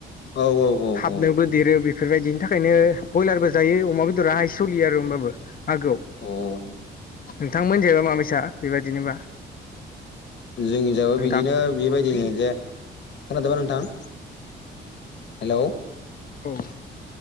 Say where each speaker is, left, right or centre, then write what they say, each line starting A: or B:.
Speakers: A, on the left; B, on the left.
A: औ औ औ
B: थाबनोबो
A: औ।
B: देरो बेफोरबायदिनि थाखायनो बयलारबो जायो, अमा बेदरा हायेस सोलियो आरो होमबाबो। मागोआव
A: औ
B: नोंथांमोनजायबा माबायसा बेबायदिनोबा?
A: जोंनिजायबो
B: नोंथां
A: बिदिनो बेबादिनो जे खोनादोंबा नोंथां? हेलौ!
B: औ